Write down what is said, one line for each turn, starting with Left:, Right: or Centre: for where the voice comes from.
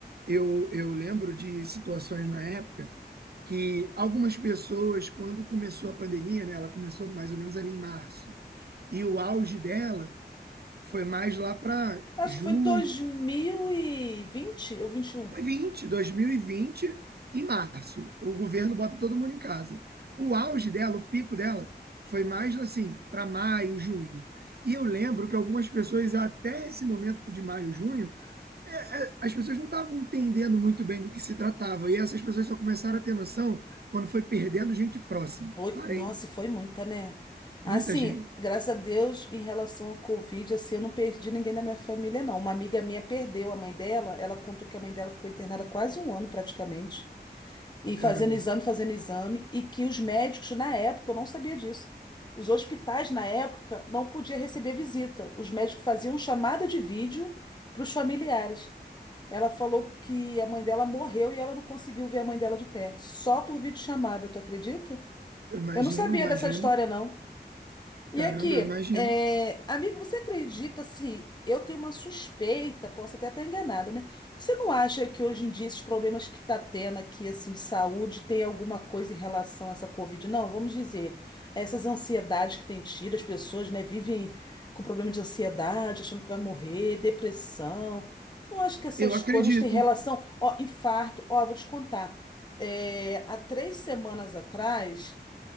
Right: eu, eu lembro de situações na época que algumas pessoas, quando começou a pandemia, né, ela começou mais ou menos ali em março, e o auge dela foi mais lá para
Left: Acho
Right: junho,
Left: que foi em dois mil e vinte ou 21.
Right: foi 20, 2020, em março. O governo bota todo mundo em casa. O auge dela, o pico dela, foi mais assim, para maio, junho. E eu lembro que algumas pessoas, até esse momento de maio, junho, é, é, as pessoas não estavam entendendo muito bem do que se tratava. E essas pessoas só começaram a ter noção quando foi perdendo gente próxima,
Left: Foi-
Right: parente
Left: Nossa, e foi muita, né? Assim,
Right: Muita gente.
Left: graças a Deus, em relação ao Covid, assim, eu não perdi ninguém da minha família, não. Uma amiga minha perdeu a mãe dela. Ela contou que a mãe dela ficou internada quase um ano, praticamente. E fazendo
Right: Caramba,
Left: exame, fazendo exame, e que os médicos, na época, eu não sabia disso. Os hospitais, na época, não podiam receber visita. Os médicos faziam chamada de vídeo para os familiares. Ela falou que a mãe dela morreu e ela não conseguiu ver a mãe dela de perto, só por videochamada, tu acredita?
Right: eu imagino,
Left: Eu não sabia
Right: imagino.
Left: dessa história, não. E
Right: Caramba,
Left: aqui,
Right: eu imagino.
Left: é, amigo, você acredita se eu tenho uma suspeita, posso até estar enganada, né? Você não acha que hoje em dia esses problemas que está tendo aqui, assim, de saúde, tem alguma coisa em relação a essa Covid? Não, vamos dizer, essas ansiedades que tem tido, as pessoas, né, vivem com problema de ansiedade, achando que vai morrer, depressão. Não acho que essas
Right: Eu acredito.
Left: coisas têm relação, ó, infarto, ó, vou te contar. É, há três semanas atrás.